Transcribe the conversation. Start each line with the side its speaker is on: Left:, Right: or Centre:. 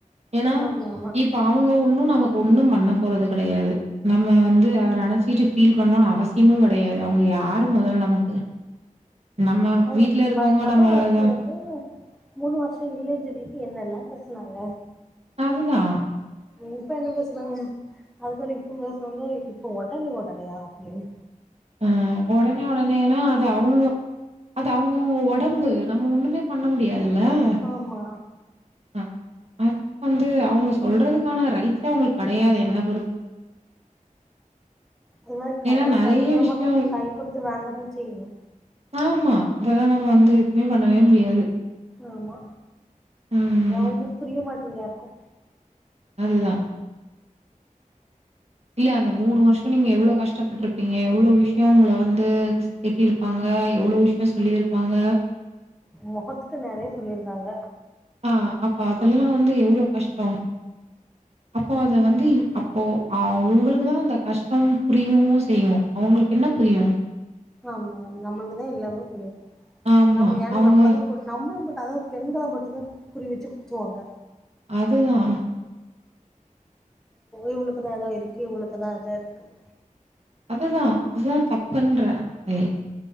Right: ஏன்னா
Centre: ஆமா ஆமா
Right: இப்ப அவுங்க ஒன்னு நமக்கு ஒன்னு பண்ண போறது கெடயாது நம்ம வந்து அத நெனச்சீட்டு பீல் பண்ணனு அவசியமும் கெடயாது அவுங்க யாரு மொதல்ல நமக்கு நம்ம
Centre: அ
Right: வீட்ல இருக்கவங்க
Centre: மொதல்
Right: நம்மள
Centre: வார்த்தை வந்து மூனு வருஷோ இல்லைன்னு சொல்லிட்டு என்னெல்லா பேசுனாங்க
Right: அதுதா
Centre: இப்ப என்ன பேசுனாங்க அதுக்காண்டி இப்பவு பேசுவாங்க இப்போ ஒடனே ஒடனேயா அப்டினு
Right: அ உடனே உடனேனா அது அவங்க அது அவங்கவுங்க ஒடம்பு நம்ம ஒண்ணுமே பண்ண முடியா துல்ல ஆ
Centre: ஆமா
Right: அ அது வந்து அவங்க சொல்றதுக்கான ரைட்சே அவங்களுக்கு கெடையாது என்ன பொறுத்த
Centre: அது மாரி கடவுள்
Right: ஏன்னா நெறைய
Centre: தந்தீரமா
Right: விஷயம்
Centre: கை கொடுத் வாங்கதா செய்ணு
Right: ஆமா வேலநம்ம வந்து இனி பன்னவே முடியாது
Centre: ஆமா
Right: ம்.
Centre: அது அவங்களுக்கு புரிய மாட் எல்லாருக்கு
Right: அதுதா இல்ல அந்த மூணு வருஷோ நீங்க எவ்ளோ கஷ் பட்டிருப்பீங்க எவ்ளோ விஷயோ உங்கள வந்து திட்டிருப்பாங்க எவ்ளோ விஷயோ சொல்லிருப்பாங்க
Centre: முகத்துக்கு நேராவே சொல்லிருக்காங்க
Right: ஆ அப்ப அதெல்லா வந்து எவ்வள கஷ்டோ அப்போ அத வந்து அப்போ ஆ உங்களுக்குதா அந்த கஷ்டோ புரியவு செய்யு அவங்களுக்கு என்ன புரியு
Centre: ஆமாம் நம்மளுக்குதா எல்லாமே தெரியு
Right: ஆமா.
Centre: நம்ம யார்னா
Right: அவங்க
Centre: நம்மளதா போட் நம்மள அதுவு பெண்கள மட்டுமே குறி வச்சு குத்துவாங்க
Right: அதுதா
Centre: இவளுக்குதா ஏதோ இருக்கு இவளுக்குதா ஏதோ இருக்குது
Right: அதுதா இதுதா தப்புன்றே ஏ